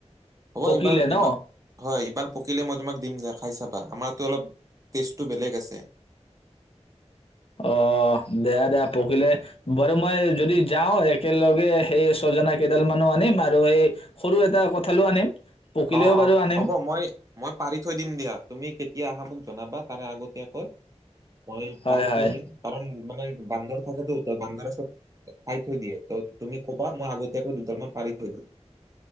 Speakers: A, on the right; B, on the left.
A: হ'ব
B: পকিলে
A: এইবাৰ
B: ন
A: বাৰ হয় এবাৰ পকিলে মই তোমাক দিম দো খাই চাবা আমাৰো অলপ টেষ্টটো বেলেগ আছে
B: অঁ দিয়া দিয়া পকিলে বাৰু মই যদি যাওঁ একেলগে সেই ছজনা কেইডাল মানো আনিম আৰু সেই সৰু এটা কঁঠালো আনিম পকিলেও
A: অঁ
B: বাৰু
A: অঁ
B: আনিম
A: হ'ব মই মই পাৰি থৈ দিম দিয়া তুমি এ আহা মোক জনাবা তাৰে আগতীয়াকয় মই
B: হয়
A: পাৰি
B: হয়
A: থৈ দিম কাৰণ মানে বান্দৰ থাকেতটো তই বান্দাৰে চব খাই থৈ দিয়ে ত তুমি কবা মই আগতীয়াকৈ দুডাল মান পাৰি থৈ দিম